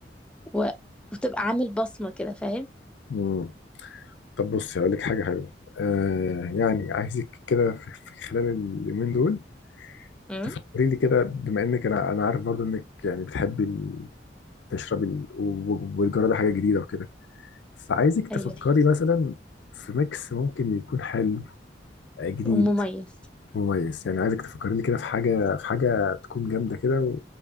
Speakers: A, in the centre; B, on the left.
A: و... وتبقى عامل بصمه كده فاهم
B: مم. طب بصي هقول لك حاجة حلوة آه يعني عايزك كده في في خلال اليومين دول
A: امم
B: تفكري لي كده بما انك انا انا عارف برضو انك يعني بتحبي ال- تشربي ال- و- و- والجرى ده حاجة جديدة وكده فعايزك تفكري
A: ايوه
B: مثلا في ميكس ممكن يكون حلو آه، جديد
A: ومميز
B: مميز يعني عايزك تفكري لي كده في حاجة في حاجة تكون جامدة كده